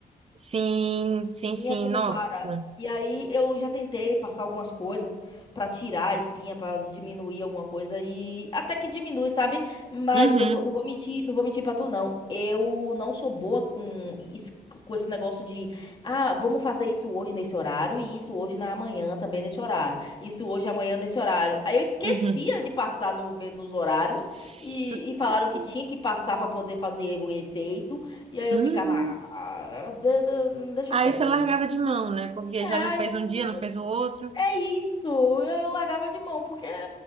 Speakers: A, on the right (about 40°); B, on the left (about 30°).
A: Sim, sim,
B: Espinha
A: sim.
B: que
A: Nossa.
B: não para. E aí eu já tentei passar algumas coisas pra tirar a espinha, pra diminuir alguma coisa e até que diminui, sabe? Mas
A: Uhum,
B: eu vou- não vou mentir, não vou mentir para tu não. Eu não sou boa com es- com esse negócio de, ah, vamos fazer isso hoje nesse horário e isso hoje na manhã também nesse horário. Isso hoje amanhã nesse horário. Aí eu esquecia
A: uhum.
B: de passar no, me- nos horários
A: <laughs>
B: e, e falaram que tinha que passar pra poder fazer o efeito. E aí
A: Hum.
B: eu ficava, ah, de- de- deixa
A: Aí
B: quieto.
A: você largava de mão, né? Porque
B: É,
A: já não fez
B: eu...
A: um dia, não fez o outro.
B: é isso. Eu eu largava de mão, porque